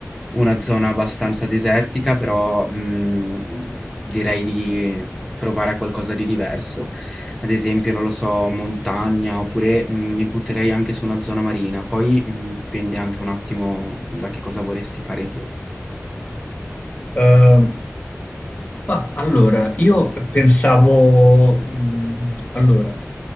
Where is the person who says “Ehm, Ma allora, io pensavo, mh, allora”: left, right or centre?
Left